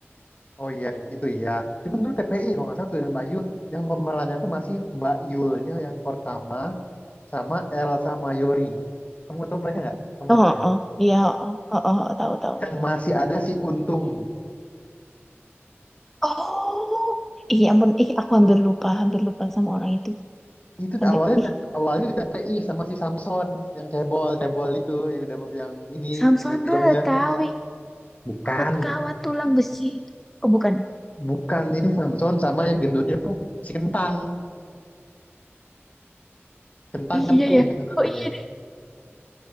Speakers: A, on the left; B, in the centre.
A: Oh iya itu, itu iya. Cuman dulu TPI kalau nggak salah tuh dan Mbak Yul yang pemerannya tuh masih Mbak Yulnya yang pertama sama Elsa Mayori. Kamu tahu mereka nggak? Kamu
B: Oh,
A: nggak tahu ya?
B: oh, iya, oh, oh, oh, oh, tahu tahu.
A: Yang masih ada si Untung.
B: Oh, iya ampun, ih aku hampir lupa, hampir lupa sama orang itu.
A: Itu
B: Hampir,
A: awalnya
B: ih,
A: T- P awalnya di TPI sama si Samson yang cebol cebol itu yang udah yang ini
B: Samson
A: main filmnya
B: Betawi,
A: iya bukan
B: otot kawat tulang besi. Oh bukan, ya?
A: bukan ini Samson sama yang gendutnya tuh si Kentang Kentang
B: iya
A: Kentung
B: ya.
A: itu namanya
B: Oh iya deh.